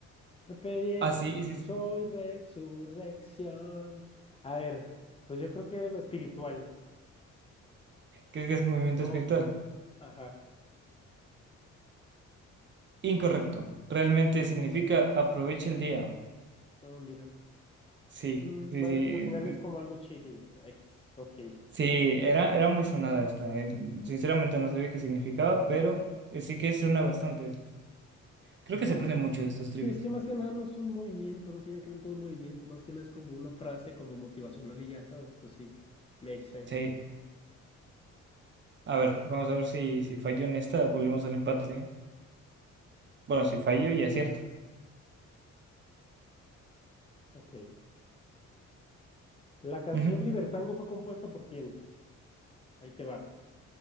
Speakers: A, on the left (about 20°); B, on the right (about 40°).
A: Carpe diem,
B: Así,
A: hoy
B: y sí,
A: soy
B: sí.
A: resurrección. A ver, pues yo creo que espiritual.
B: ¿Crees que es movimiento
A: No,
B: espiritual?
A: ajá.
B: Incorrecto. Realmente significa aprovecha el día.
A: Ah, mira.
B: Sí,
A: Mm,
B: sí,
A: bueno,
B: sí.
A: pues al final es como algo chile. X, ok.
B: Sí, era, era muy sonada esta. eh. Sinceramente no sabía qué significaba, pero eh, sí que es una bastante. Creo
A: Ya.
B: que se aprende mucho de estos
A: Sí,
B: trivias.
A: es que más que nada no es un movimiento, no tiene que ver con un movimiento, más que nada es como una frase como motivacional y ya sabes, entonces sí, makes sense.
B: Sí. A ver, vamos a ver si, si fallo en esta, volvemos al empate. ¿eh? Bueno, si fallo y acierto.
A: Ok. La canción
B: Ujú.
A: Libertango fue compuesta por quién? Ahí te va.